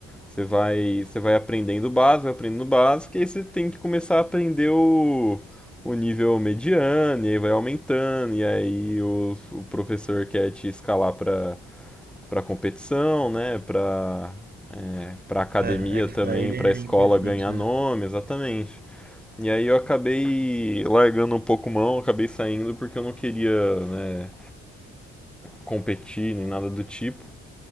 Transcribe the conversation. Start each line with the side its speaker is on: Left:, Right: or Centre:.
Centre: Você vai, você vai aprendendo o básico, vai aprendendo o básico, e aí você tem que começar a aprender o, o nível mediano, e aí vai aumentando, e aí o, o professor quer te escalar para para competição, né? Para para academia
Right: É, é que
Centre: também,
Right: pra ele
Centre: para
Right: é
Centre: escola
Right: importante,
Centre: ganhar
Right: né?
Centre: nome, exatamente. E aí eu acabei largando um pouco mão, acabei saindo porque eu não queria, né, competir nem nada do tipo.